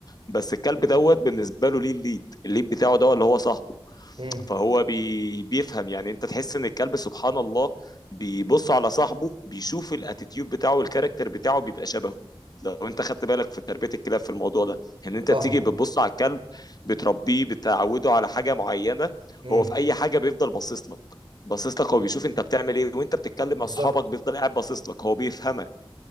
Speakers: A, on the left (about 45°); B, on the right (about 60°).
A: بس الكلب دوت بالنسبه له ليه الليد الليد بتاعه ده اللي هو صاحبه
B: مم.
A: فهو بي بيفهم يعني انت تحس ان الكلب سبحان الله بيبص على صاحبه بيشوف الاتيتيود بتاعه والكاركتر بتاعه بيبقى شبهه لو انت خدت بالك في تربية الكلاب في الموضوع ده يعني انت
B: فاهم
A: بتيجي بتبص على الكلب بتربيه بتعوده على حاجة معينة
B: مم.
A: هو في اي حاجة بيفضل باصص لك باصص لك هو بيشوف انت بتعمل ايه وانت بتتكلم
B: بالظبط
A: مع اصحابك بيفضل قاعد باصص لك هو بيفهمك